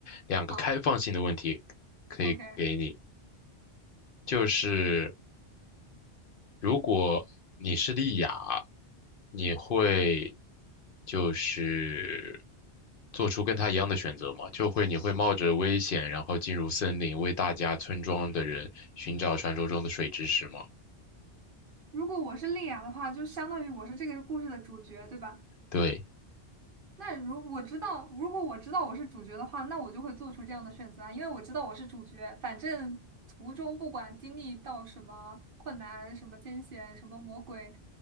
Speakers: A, on the left; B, on the right.
A: 两个开放性的问题可以给你，
B: 好，OK。
A: 就是。如果你是莉雅，你会就是做出跟他一样的选择吗？就会你会冒着危险，然后进入森林，为大家村庄的人寻找传说中的水之石吗？
B: 如果我是丽雅的话，就相当于我是这个故事的主角，对吧？
A: 对。
B: 那如我知道，如果我知道我是主角的话，那我就会做出这样的选择啊，因为我知道我是主角。反正途中不管经历到什么困难、什么艰险、什么魔鬼，